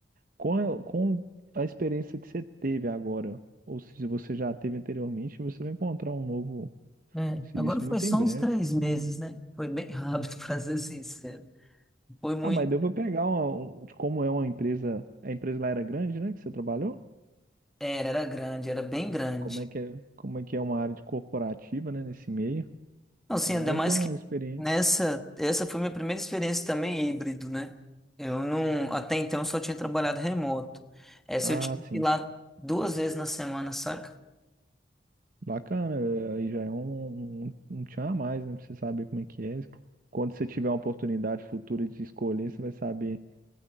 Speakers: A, on the right (about 50°); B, in the centre.
A: com a, com a experiência que você teve agora, ou se você já teve anteriormente, você vai encontrar um novo
B: é.
A: serviço
B: Agora foi
A: muito
B: só
A: em breve.
B: uns três meses, né? Foi bem rápido, <laughs> pra ser sincero. Foi muito.
A: Ah, mas deu pra pegar uma, um- de como é uma empresa. A empresa lá era grande, né? Que você trabalhou?
B: Era, era grande, era bem grande.
A: como é que é, como é que é uma área de corporativa, né, nesse meio.
B: Então, Assim,
A: É
B: ainda
A: bom
B: mais
A: ter uma
B: que
A: experiência.
B: nessa. Essa foi minha primeira experiência também híbrido, né? Eu não. Até então eu só tinha trabalhado remoto. Essa
A: Ah,
B: eu tinha
A: sim.
B: que ir lá duas vezes na semana, saca?
A: Bacana, eh, aí já é um, um, um tchan a mais, né, pra você saber como é que é. Quando você tiver uma oportunidade futura de escolher, você vai saber.